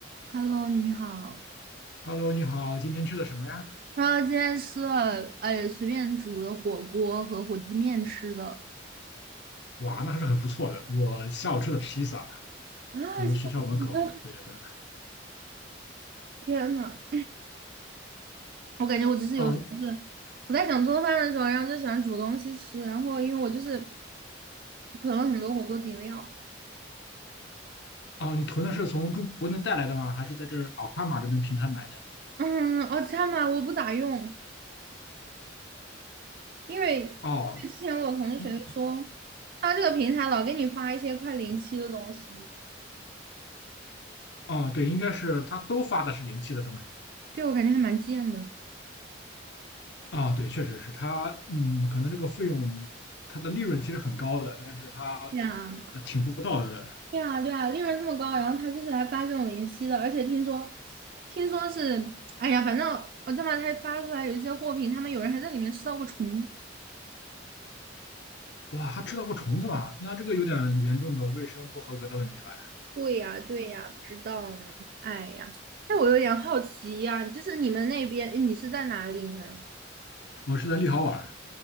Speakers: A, on the right; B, on the left.
A: Hello，你好。
B: Hello，你好，今天吃的什么呀？
A: 然后今天吃了，哎，随便煮的火锅和火鸡面吃的。
B: 哇，那还是很不错的。我下午吃的披萨，
A: 啊，
B: 我们学校门口。
A: 这啊
B: 对对。
A: 天呐，我感觉我就是有时候是我在想做饭的时候，
B: 哦
A: 然后就喜欢煮东西吃。然后因为我就是囤了很多火锅底料，
B: 哦，你囤的是从中国内带来的吗？还是在这儿奥卡玛这边平台买的？
A: 嗯，哦，这样嘛我不咋用，因为因为之前我同学说，
B: 哦嗯
A: 说他这个平台老给你发一些快临期的东西，
B: 哦，对，应该是他都发的是临期的东西。
A: 对我感觉还蛮贱的。
B: 啊、对，确实是他，嗯，可能这个费用，它的利润其实很高的，但是它
A: 呀。
B: 呃挺不道德的。
A: 对啊，对啊，利润这么高，然后他就是来发这种零息的，而且听说，听说是，哎呀，反正我这么他发出来有一些货品，他们有人还在里面吃到过虫。
B: 哇，还吃到过虫子吗？那这个有点严重的卫生不合格的问题了呀。
A: 对呀，对呀，不知道呢。哎呀，那我有点好奇呀，就是你们那边，哎你是在哪里呢？
B: 我是在立陶宛，